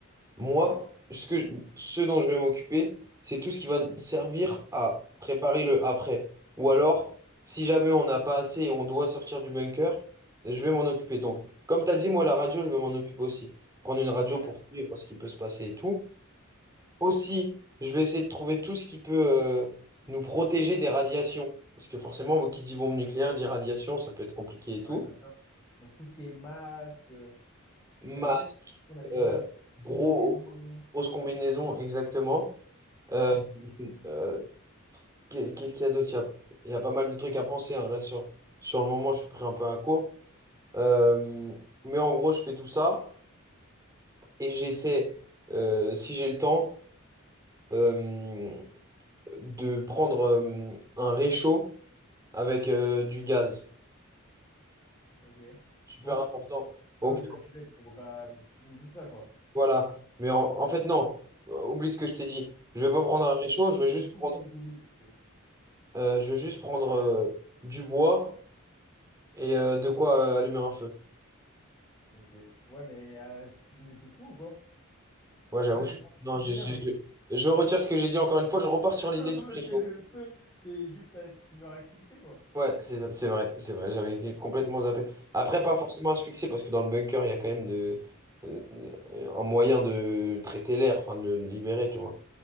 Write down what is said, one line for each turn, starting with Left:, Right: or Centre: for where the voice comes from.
Right: Moi, ce que, ce dont je vais m'occuper, c'est tout ce qui va nous servir à préparer le après. Ou alors, si jamais on n'a pas assez et on doit sortir du bunker, je vais m'en occuper. Donc, comme tu as dit, moi, la radio, je vais m'en occuper aussi. Prendre une radio
Left: Ouais.
Right: pour suivre ce qui peut se passer et tout. Aussi, je vais essayer de trouver tout ce qui peut euh, nous protéger des radiations. Parce que forcément, qui dit bombe nucléaire dit radiation, ça peut être compliqué et tout.
Left: Ouais, bien sûr. Donc tout ce qui est masque. euh,
Right: Ma
Left: Mais en vrai, on a les
Right: Euh,
Left: masques,
Right: gros,
Left: combinaisons.
Right: grosse combinaison, exactement. Euh,
Left: Ouais.
Right: euh, qu'est- qu'est-ce qu'il y a d'autre? Il y a, il y a pas mal de trucs à penser. hein. Là, sur, sur le moment, je suis pris un peu à court. Euh, mais en gros, je fais tout ça et j'essaie, euh, si j'ai le temps, euh, de prendre euh, un réchaud avec euh, du gaz.
Left: Ok.
Right: Super
Left: Pour.
Right: important. Ok,
Left: Ah oui, mais je suis bête pour faire la cuisine, tout ça, quoi.
Right: voilà. Mais en, en fait, non. Oublie ce que je t'ai dit. Je vais pas prendre un réchaud, je vais juste
Left: J'oublie,
Right: prendre
Left: j'oublie parce que.
Right: Euh, je vais juste prendre euh, du bois et euh, de quoi euh, allumer un feu.
Left: Ok. Ouais, mais, euh, t- mais t'es fou ou quoi?
Right: Ouais, j'avoue.
Left: En fait,
Right: je-
Left: moi,
Right: Non,
Left: je
Right: j'ai-
Left: vais te dire,
Right: j'ai-
Left: mais.
Right: j'ai- je retire ce que j'ai dit encore une fois. Je repars sur
Left: <laughs>
Right: l'idée
Left: Parce
Right: du réchaud.
Left: que le feu, t'es juste à... tu meurs asphyxié, quoi.
Right: Ouais, c'est c'est vrai, c'est vrai. J'avais complètement zappé. Après, pas
Left: Ah,
Right: forcément asphyxier parce que dans le bunker, il y a quand même de, euh, un moyen de traiter l'air, enfin de le libérer, tu vois.